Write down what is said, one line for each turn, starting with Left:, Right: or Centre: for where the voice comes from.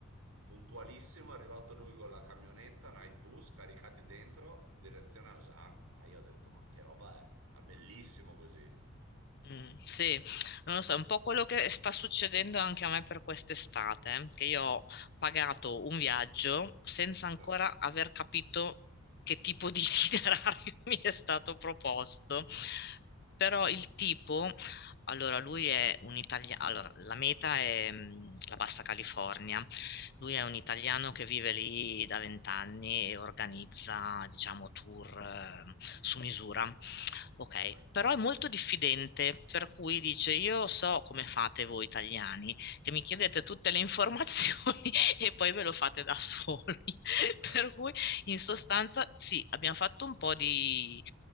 Right: Puntualissimo è arrivato lui con la camionetta, night bus, caricati dentro, direzione alla Zang, ma io ho detto ma che roba è, ma bellissimo così.
Left: Mh, sì, non lo so, è un po' quello che sta succedendo anche a me per quest'estate, eh, che io ho pagato un viaggio senza
Right: <laughs>
Left: ancora aver capito che tipo di <laughs> itinerario mi è stato proposto. Però il tipo, allora lui è un italiano, allora la meta è mh, la Bassa California, lui
Right: Ok,
Left: è un italiano che vive lì da vent'anni e organizza, diciamo, tour eh, su misura Ok,
Right: ok,
Left: però è molto diffidente, per cui dice: Io so come fate voi italiani, che mi chiedete tutte le informazioni <laughs> e poi ve lo fate da soli. <laughs>
Right: certo.
Left: Per cui, in sostanza, sì, abbiamo fatto un po' di